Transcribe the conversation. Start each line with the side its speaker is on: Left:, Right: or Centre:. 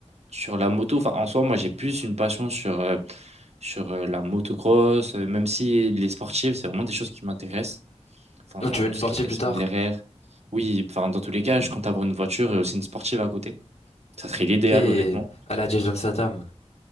Right: sur la moto, enfin en soi, moi j'ai plus une passion sur, euh, sur euh, la motocross, euh, même si les sportives, c'est vraiment des choses qui m'intéressent. Enfin,
Left: Oh, tu veux une
Right: tout
Left: sportive
Right: ce qui est S1000
Left: plus tard?
Right: RR. Oui, enfin, dans tous les cas, je compte avoir une voiture et aussi une sportive à côté. Ça serait l'idéal,
Left: Ok,
Right: honnêtement.
Left: à la Jason Statham.